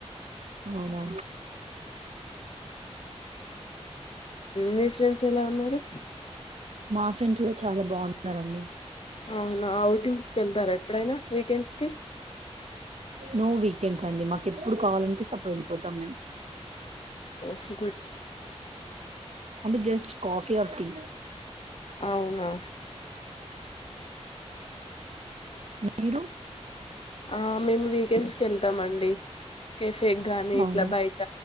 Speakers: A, on the right; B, on the left.
A: అవునా
B: మీ ఫ్రెండ్స్ ఎలా ఉన్నారు
A: నా ఫ్రెండ్స్ కూడా చాలా బాగున్నారండి
B: అవునా ఔటింగ్స్ కీ వెళ్తారా ఎప్పుడైనా వీకెండ్స్ కి
A: నో వీకెండ్స్ అండి మాకు ఎప్పుడు కావాలనిపిస్తే అప్పుడు వెళ్ళిపోతాం మేం
B: చికొడ్
A: అంటే జస్ట్ కాఫీ ఆర్ టీ
B: అవునా
A: మీరు
B: ఆ మేము వీకెండ్స్ కి వెళ్తామ్ అండ్ <inaudible> కెఫే గానీ
A: అవును
B: ఇట్లా బయట